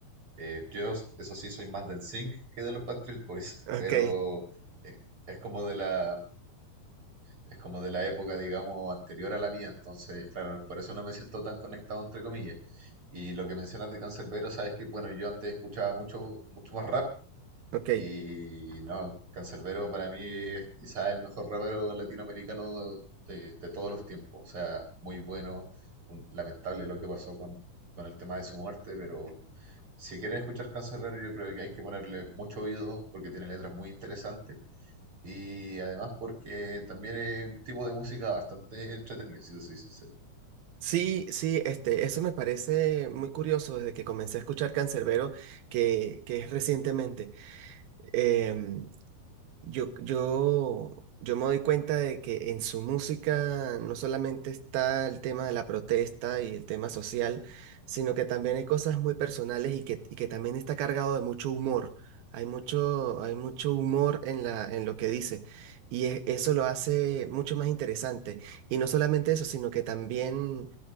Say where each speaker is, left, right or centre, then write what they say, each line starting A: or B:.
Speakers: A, on the right; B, on the right.
A: eh, yo, s- eso sí, soy más de NSYNC que de los Backstreet Boys,
B: ok,
A: pero eh, es como de la es como de la época, digamos, anterior a la mía, entonces, claro, por eso no me siento tan conectado, entre comillas. Y lo que mencionas de Canserbero, sabes que, bueno, yo antes escuchaba mucho, mucho más rap
B: ok.
A: y no, Canserbero para mí es quizás el mejor rapero latinoamericano de, de todos los tiempos, o sea, muy bueno, un- lamentable lo que pasó con, con el tema de su muerte, pero... Si quieren escuchar Canserbero, yo creo que hay que ponerle mucho oído porque tiene letras muy interesantes. Y además porque también es un tipo de música bastante entretenida, si te soy sincero.
B: Sí, sí, este, eso me parece muy curioso desde que comencé a escuchar Canserbero que, que es recientemente. Em, Yo, yo, yo me doy cuenta de que en su música no solamente está el tema de la protesta y el tema social, sino que también hay cosas muy personales y que, y que también está cargado de mucho humor. Hay mucho, hay mucho humor en la, en lo que dice y e- eso lo hace mucho más interesante. Y no solamente eso, sino que también